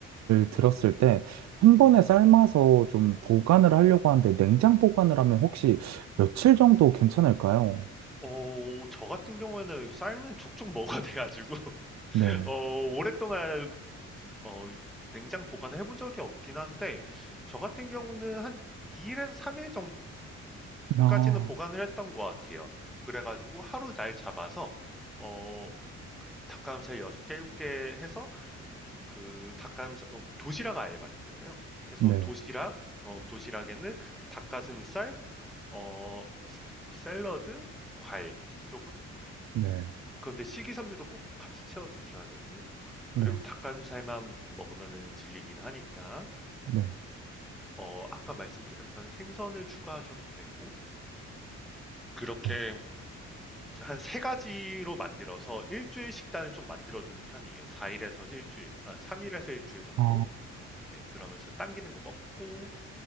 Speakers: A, on the right; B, in the centre.
A: 들었을 때 한 번에 삶아서 좀 보관을 하려고 하는데 냉장 보관을 하면 혹시 며칠 정도 괜찮을까요?
B: 어, 저 같은 경우에는 쌀은 족족 먹어야 돼가지고, <laughs>
A: 네.
B: 어, 오랫동안 어, 냉장 보관해 본 적이 없긴 한데, 저 같은 경우는 한 2일에서 3일
A: 아,
B: 정도까지는 보관을 했던 것 같아요. 그래가지고 하루 날 잡아서, 어, 그 닭가슴살 6개, 7개 해서 그 닭가슴살, 어, 도시락 아예 만들어요. 그래서
A: 네.
B: 도시락, 어, 도시락에는 닭가슴살, 어, 스- 샐러드, 과일 조금?
A: 네.
B: 음, 그런데 식이섬유도 꼭꼭 같이 채워 두셔야 되고,
A: 네,
B: 그리고 닭가슴살만 먹으면 질리긴 하니까.
A: 네,
B: 어 아까 말씀드렸던 생선을 추가하셔도 되고 그렇게
A: 네.
B: 한 세 가지로 만들어서 일 주일 식단을 좀 만들어 두는 편이에요. 4 일에서 일 주일, 아 3 일에서 일 주일 정도?
A: 아,
B: 네 그러면서 당기는 거 먹고